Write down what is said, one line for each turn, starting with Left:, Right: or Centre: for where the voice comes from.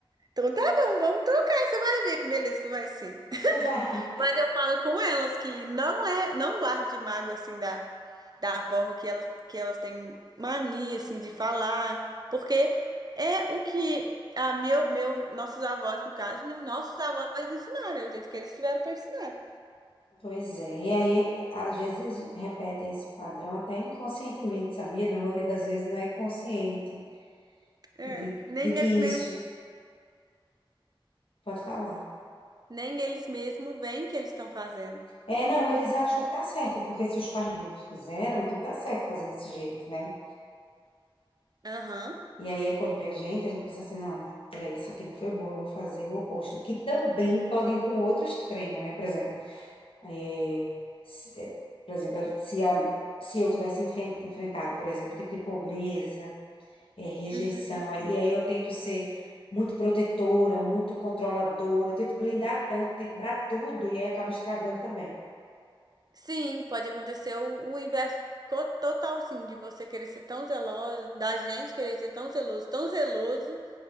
Right: Então tá bom, vamos trocar, você vai ver que beleza que vai ser.
Left: <laughs>
Right: Mas eu falo com elas que não é, não guarde mágoa assim da, da forma que elas, que elas têm mania assim de falar, porque é o que a meu, meu, nossos avós, no caso, né? Nossos avós ensinaram, é o jeito que eles tiveram para ensinar.
Left: Pois é, e aí às vezes eles repetem esse padrão até inconscientemente, sabia? Na maioria das vezes não é consciente
Right: É,
Left: de,
Right: nem
Left: de que
Right: eles
Left: isso
Right: mesmo,
Left: pode falar.
Right: nem eles mesmo veem o que eles estão fazendo.
Left: É, não, eles acham que tá certo, porque se os pais deles fizeram, então tá certo fazer desse jeito, né?
Right: Aham.
Left: E aí é quando vem a gente, a gente pensa assim, não, peraí, isso aqui não foi bom, eu vou fazer o oposto, que também pode ir para um outro extremo, né? Por exemplo, é, se- é, por exemplo, se, a, se eu tivesse enfen- enfrentado, por exemplo, o tipo de pobreza É rejeição.
Right: uhum.
Left: Aí- E aí eu tento ser muito protetora, muito controladora, eu tento blindar tanto, tento dar tudo e aí acaba estragando também.
Right: Sim, pode acontecer o, o inverso co- total, sim, de você querer ser tão zelosa, da gente querer ser tão zeloso, tão zeloso,